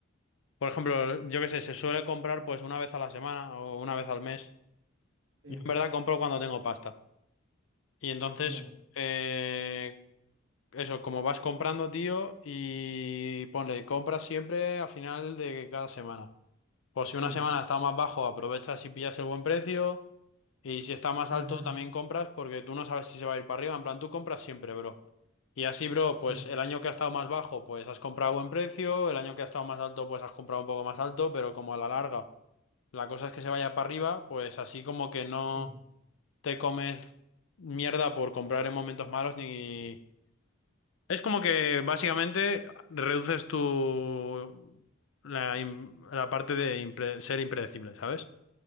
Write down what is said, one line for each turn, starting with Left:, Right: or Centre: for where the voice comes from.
Left: por ejemplo, yo qué sé, se suele comprar pues una vez a la semana o una vez al mes.
Right: sí,
Left: Yo en verdad compro cuando tengo pasta. Y entonces,
Right: ya,
Left: eh, Eso, como vas comprando, tío, y ponle, compras siempre a final de cada semana. Pues
Right: sí.
Left: si una semana está más bajo, aprovechas y pillas el buen precio. Y si está más
Right: Ujú,
Left: alto, también compras porque tú no sabes si se va a ir para arriba. En plan, tú compras siempre, bro. Y así, bro,
Right: Sí,
Left: pues el año que ha estado más bajo, pues has comprado a buen precio. El año que ha estado más alto, pues has comprado un poco más alto. Pero como a la larga, la cosa es que se vaya para arriba, pues así como que no
Right: sí.
Left: te comes mierda por comprar en momentos malos ni... Es como que básicamente reduces tu la, im- la parte de impre- ser impredecible, ¿sabes?